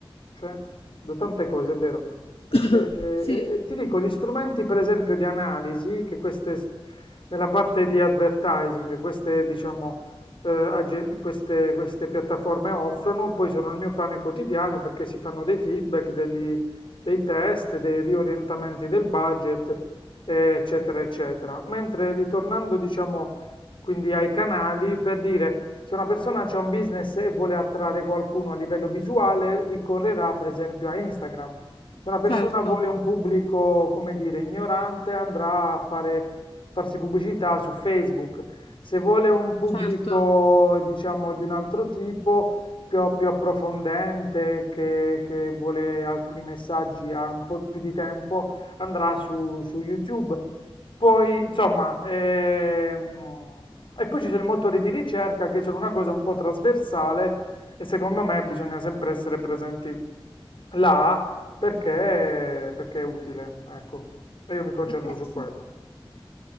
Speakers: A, on the left (about 65°); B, on the left (about 80°).
A: Sì, da tante cose, è vero.
B: <coughs>
A: E- e-
B: Sì,
A: e ti dico, gli strumenti per esempio di analisi, che queste, s- nella parte di advertising, queste, diciamo, eh, agen- queste, queste piattaforme offrono, poi sono il mio pane quotidiano perché si fanno dei feedback, degli- dei test, dei riorientamenti del budget, eh, eccetera, eccetera. Mentre ritornando, diciamo, quindi ai canali, per dire se una persona ha un business e vuole attrarre qualcuno a livello visuale, ricorrerà per esempio a Instagram. Se una persona
B: certo,
A: vuole un pubblico, come dire, ignorante, andrà a fare, farsi pubblicità su Facebook. Se vuole un pubblico,
B: certo.
A: diciamo, di un altro tipo, più, più approfondente, che, che vuole alcuni messaggi, ha un po' più di tempo, andrà su, su YouTube. Poi, insomma, ehm, e poi ci sono i motori di ricerca che sono una cosa un po' trasversale e secondo me bisogna sempre essere presenti là perché, perché è utile, ecco. E io mi concentro
B: Eh beh,
A: su
B: sì.
A: quello.